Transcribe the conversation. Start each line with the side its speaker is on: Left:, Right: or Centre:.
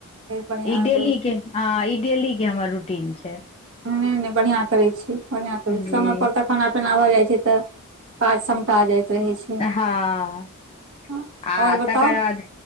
Right: बढ़िआँ
Left: ई डेली
Right: करै छी
Left: केँ हँ ई डेली केँ हमर रूटीन छै
Right: ने ने बढ़िया करै छी बढ़िया करै
Left: जी
Right: छी समय पर त खाना पीना भ जाइ छै त काज समटा जाइत रहै छै
Left: हँ
Right: हँ,
Left: आ
Right: और बताउ
Left: तकर बाद